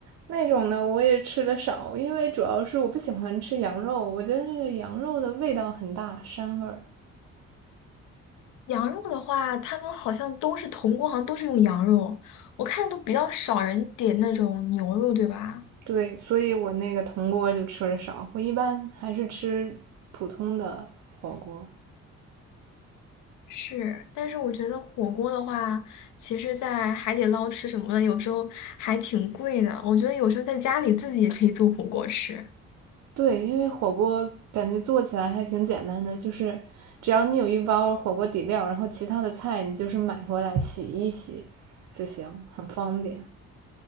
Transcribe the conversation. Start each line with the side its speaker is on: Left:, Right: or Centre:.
Right: 那种呢我也吃的少，因为主要是我不喜欢吃羊肉，我觉得那个羊肉的味道很大，膻味儿。
Left: 羊肉的话，他们好像都是铜锅，好像都是用羊肉，我看都比较少人点那种牛肉，对吧？
Right: 对，所以我那个铜锅就吃的少，我一般还是吃普通的火锅。
Left: 是，但是我觉得火锅的话，其实，在海底捞吃什么的，有时候还挺贵的。我觉得有时候在家里自己也可以做火锅吃。
Right: 对，因为火锅感觉做起来还挺简单的，就是只要你有一包火锅底料，然后其他的菜你就是买回来洗一洗就行，很方便。